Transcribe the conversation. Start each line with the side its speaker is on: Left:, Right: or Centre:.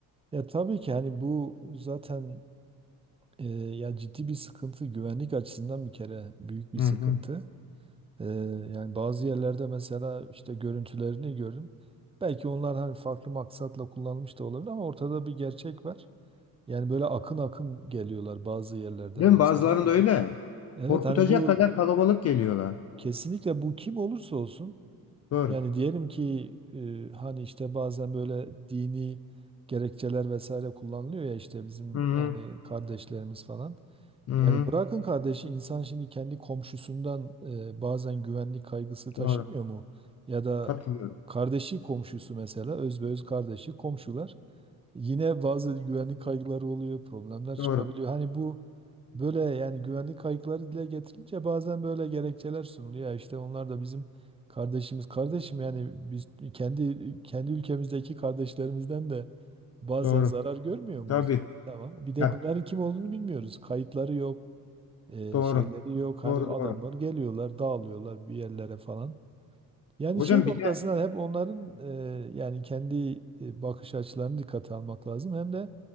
Right: Ya tabii ki hani bu zaten e, ya ciddi bir sıkıntı güvenlik açısından bir kere büyük bir
Left: Hı
Right: sıkıntı.
Left: hı.
Right: E, yani bazı yerlerde mesela işte görüntülerini gördüm. Belki onlar hani farklı maksatla kullanılmış da olabilir ama ortada bir gerçek var. Yani böyle akın akın geliyorlar bazı yerlerden
Left: Değil
Right: mesela.
Left: mi? Bazılarında öyle.
Right: Evet
Left: Korkutacak
Right: hani bu
Left: kadar kalabalık geliyorlar.
Right: e, kesinlikle bu kim olursa olsun
Left: Doğru.
Right: Yani diyelim ki e, hani işte bazen böyle dini gerekçeler vesaire kullanılıyor ya işte bizim
Left: Hı hı.
Right: yani kardeşlerimiz falan.
Left: Hı hı.
Right: Yani bırakın kardeşi insan şimdi kendi komşusundan e, bazen güvenlik kaygısı taşımıyor
Left: Doğru.
Right: mu? Ya da
Left: Katılıyorum.
Right: kardeşi komşusu mesela özbeöz kardeşi komşular. Yine bazı güvenlik kaygıları oluyor, problemler çıkabiliyor.
Left: Doğru.
Right: Hani bu böyle yani güvenlik kaygıları dile getirince bazen böyle gerekçeler sunuluyor. Ya İşte onlar da bizim kardeşimiz. Kardeşim yani biz kendi kendi ülkemizdeki kardeşlerimizden de bazen
Left: Doğru.
Right: zarar görmüyor muyuz
Left: Tabii.
Right: yani? Tamam. Bir de
Left: Ya,
Right: bunların kim olduğunu bilmiyoruz. Kayıtları yok, e,
Left: doğru.
Right: şeyleri yok. Hani
Left: Doğru
Right: adamlar
Left: doğru.
Right: geliyorlar, dağılıyorlar bir yerlere falan. Yani
Left: Hocam
Right: şey noktasından
Left: bir de
Right: hep onların e, yani kendi e, bakış açılarını dikkate almak lazım. Hem de